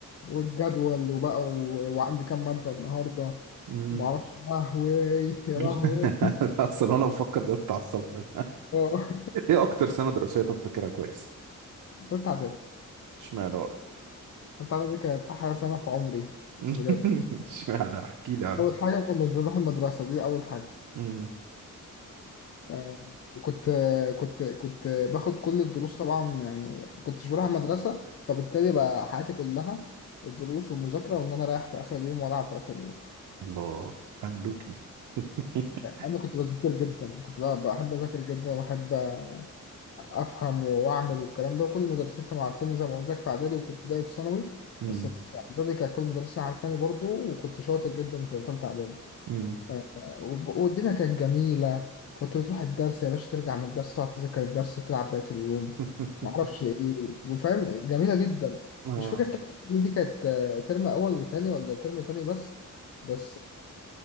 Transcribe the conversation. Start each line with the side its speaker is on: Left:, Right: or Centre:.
Left: والجدول وبقى و... وعندي كام مادة النهاردة
Right: أمم.
Left: ومعرفش يا لهوي يا
Right: <laughs>
Left: لهوي
Right: اصلا وانا بفكر <laughs> دلوقتي اتعصبت
Left: أه
Right: ايه اكتر سنه دراسيه طب فاكرها كويس
Left: <laughs> تالتة إعدادي
Right: اشمعنى بقى
Left: التالتة دي كانت أحلى سنة في عمري
Right: <laughs>
Left: بجد
Right: اشمعنى احكي لي على
Left: أول حاجة ما كناش بنروح المدرسة دي أول حاجة
Right: أمم.
Left: آه، كنت كنت كنت باخد كل الدروس طبعا يعني كنتش بروح المدرسة فبالتالي بقى حياتي كلها الدروس والمذاكرة وإن أنا رايح في آخر اليوم وألعب في آخر اليوم
Right: الله مملوكي <laughs>
Left: أنا كنت بذاكر جدا كنت بقى بحب أذاكر جدا وبحب أفهم وأعمل والكلام ده وكل المدرسين كانوا عارفيني زي ما قلت لك في إعدادي وفي ابتدائي وفي ثانوي
Right: أمم،
Left: بس في إعدادي كان كل المدرسين عارفاني برضو وكنت شاطر جدا في تالتة إعدادي
Right: أمم.
Left: آه، وب- والدنيا كانت جميلة كنت بتروح الدرس يا باشا ترجع من الدرس تقعد تذاكر الدرس وتلعب بقية اليوم
Right: <laughs>
Left: معرفش ايه وفاهم جميلة جدا
Right: اه
Left: مش فاكر تالتة إعدادي دي كانت آه، ترم أول وتاني ولا ترم تاني بس بس